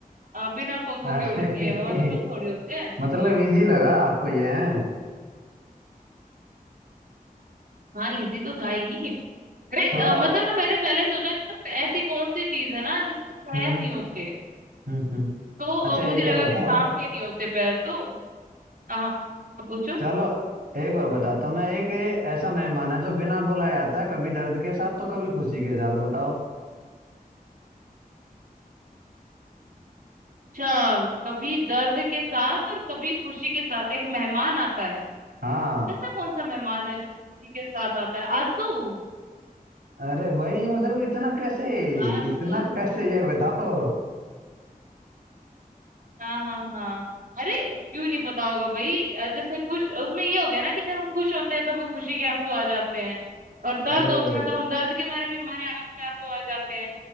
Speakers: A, on the right; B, on the right.
A: अ, बिना पंखों
B: अरे
A: के उड़ती है हवा के पंख
B: <laughs>
A: थोड़ी होते हैं
B: मतलब इजी लगा आपको ये है
A: हाँ इजी तो था ही अरे
B: थोड़ा
A: अ, मतलब ना मैंने पहले सोचा कि ना ऐसी कौन सी चीज है ना जिसके पैर
B: हम्म
A: नहीं होते
B: हम्म हम्म
A: तो अ,
B: अच्छा
A: मुझे
B: एक
A: लगा
B: और
A: कि
B: बताओ
A: सांप के नहीं होते पैर तो हाँ हाँ, पूछो
B: चलो एक और बताता हूँ मैं एक ऐसा मेहमान है जो बिना बुलाए आता है कभी दर्द के साथ तो कभी खुशी के साथ बताओ
A: अच्छा कभी दर्द के साथ और कभी खुशी के साथ एक मेहमान आता है
B: हाँ
A: ऐसा कौन सा मेहमान है जो खुशी के साथ आता है आंसू
B: अरे भाई मतलब इतना कैसे
A: आंसू
B: इतना कैसे ये बताओ
A: हाँ हाँ हाँ अरे क्यों नहीं पता होगा भाई अ, जैसे खुश उसमें ये हो गया ना कि जब हम खुश होते हैं तो हमें खुशी के आंसू आ जाते हैं और दर्द
B: अरे
A: होता है तो हम दर्द के मारे भी हमारे आंख पे आंसू आ जाते हैं